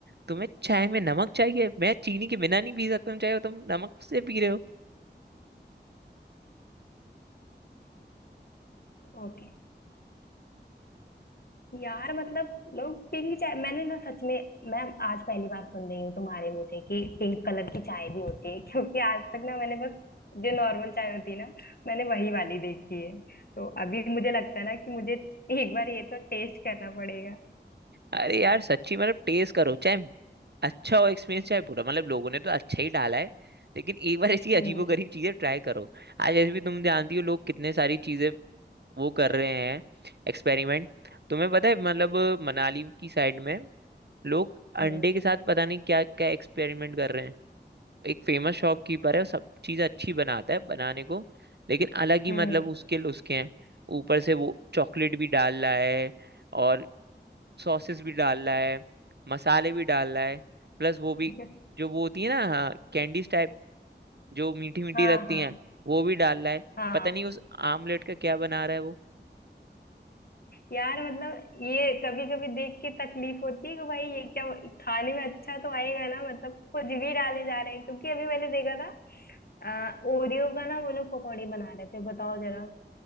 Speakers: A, on the right (about 65°); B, on the left (about 60°).
A: तुम्हें चाय में नमक चाहिए मैं चीनी के बिना नहीं पी सकता हूँ चाय और तुम नमक से पी रहे हो
B: ओके यार मतलब लोग पिंक चाय मैंने ना सच में मैं आज पहली बार सुन रही हूँ तुम्हारे मुंह से कि पिंक कलर की चाय भी होती है क्योंकि आज तक ना मैंने बस जो नॉर्मल चाय होती है ना मैंने वही वाली देखी है तो अभी मुझे लगता है ना कि मुझे एक बार ये तो टेस्ट करना पड़ेगा
A: अरे यार सच्ची मतलब टेस्ट करो चाहे अच्छा हो एक्सपीरियंस चाहे बुरा मतलब लोगों ने तो अच्छा ही डाला है लेकिन एक बार ऐसी अजीबोगरीब
B: हम्म
A: चीजें ट्राई करो आज ऐसे भी तुम जानती हो लोग कितने सारी चीजें वो कर रहे हैं एक्सपेरिमेंट तुम्हें पता है मतलब मनाली की साइड में लोग
B: हम्म
A: अंडे के साथ पता नहीं क्या क्या एक्सपेरिमेंट कर रहे हैं एक फेमस शॉपकीपर है वो सब चीज़ अच्छी बनाता है बनाने को लेकिन अलग ही
B: हम्म
A: मतलब उसके उसके हैं ऊपर से वो चॉकलेट भी डाल रहा है और सॉसेस भी डाल रहा है मसाले भी डाल रहा है प्लस वो भी
B: <laughs>
A: जो वो होती है ना हाँ कैंडीज टाइप जो मीठी मीठी
B: हाँ
A: लगती
B: हाँ
A: हैं वो भी डाल रहा है
B: हाँ
A: पता नहीं उस आमलेट का क्या बना रहा है वो
B: यार मतलब ये कभी कभी देख के तकलीफ होती है कि भाई ये क्या खाने में अच्छा तो आएगा ना मतलब कुछ भी डाले जा रहे हैं क्योंकि अभी मैंने देखा था आ, ओरियो का ना वो लोग पकौड़ी बना रहे थे बताओ जरा